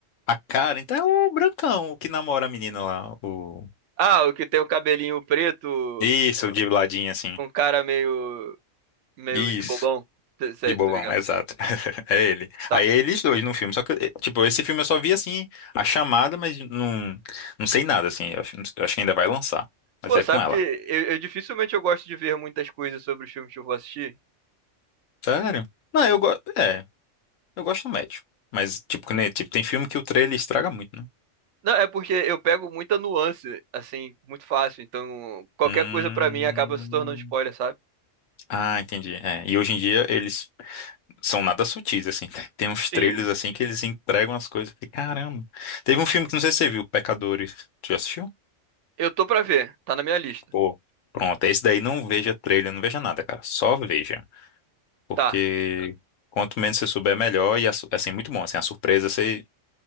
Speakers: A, on the left (about 80°); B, on the right (about 75°).
A: a Karen tá é o brancão, o que namora a menina lá. O...
B: Ah, o que tem o cabelinho preto
A: Isso, o de ladinho, assim.
B: com cara meio, meio
A: Isso.
B: de bobão. Sei, sei,
A: De bobão,
B: tô ligado.
A: exato. <laughs> É ele.
B: Tá.
A: Aí é eles dois no filme. Só que, eh, tipo, esse filme eu só vi, assim, a chamada, mas não, não sei nada, assim. Eu acho, eu acho que ainda vai lançar. Mas
B: Pô,
A: é
B: sabe
A: com ela.
B: que eu, eu dificilmente eu gosto de ver muitas coisas sobre os filmes que eu vou assistir.
A: Sério? Não, eu gosto. É, eu gosto do médio. Mas, tipo, né, tipo, tem filme que o trailer estraga muito, né?
B: Não, é porque eu pego muita nuance, assim, muito fácil. Então, qualquer
A: Hum.
B: coisa pra mim acaba se tornando spoiler, sabe?
A: Ah, entendi. É, e hoje em dia eles são nada sutis, assim. <laughs> Tem uns
B: Sim,
A: trailers assim que eles entregam as coisas. Eu Falei, caramba. Teve um filme que não sei se você viu, Pecadores. Tu já assistiu?
B: eu tô pra ver. Tá na minha lista.
A: Pô, pronto. Esse daí não veja trailer, não veja nada, cara. Só veja. Porque
B: Tá.
A: quanto menos você souber, melhor. E a su- assim, muito bom. Assim, a surpresa, você